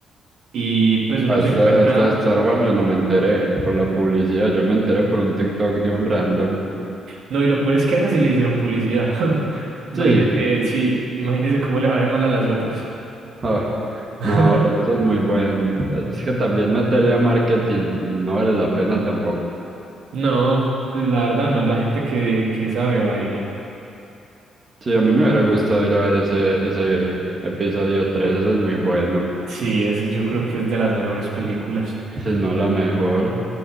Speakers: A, on the right; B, on the right.
A: y pues uno
B: Hasta,
A: se encuentra...
B: hasta Star Wars yo no me enteré por la publicidad, yo me enteré por un TikTok de un random.
A: No, y lo peor es que a esas sí le hicieron publicidad. <laughs> Imagínese,
B: Sí,
A: sí, imagínese cómo le va de mal a las otras.
B: ah,
A: <laughs>
B: no, pero eso es muy buen. Es que también meterle a marketing no vale la pena tampoco.
A: No, pues la verdad no, la gente que, que sabe va a ir.
B: Sí, a mí me hubiera gustado ir a ver ese, ese episodio tres ese es muy bueno.
A: Sí, ese yo creo que es de las mejores películas. <laughs>
B: Si no, la mejor.